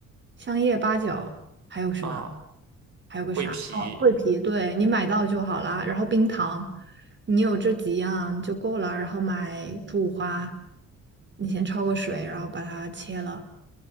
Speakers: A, on the right (about 40°); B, on the right (about 65°).
A: 香叶、八角，还有什么？
B: 啊、
A: 还有个啥？
B: 桂皮
A: 哦，桂皮，对，你买到就好啦。然后冰糖，你有这几样就够了。然后买猪五花，你先焯个水，然后把它切了